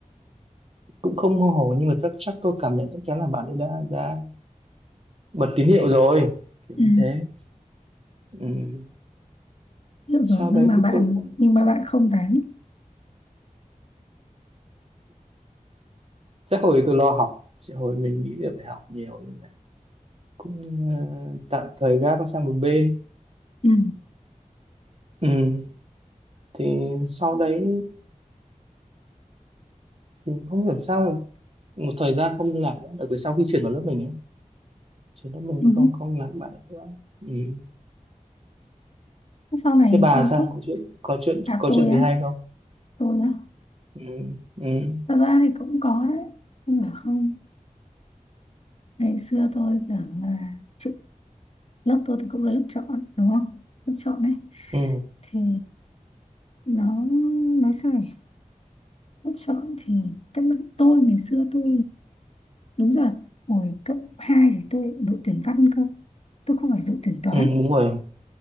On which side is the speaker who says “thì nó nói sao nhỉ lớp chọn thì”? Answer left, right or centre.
Left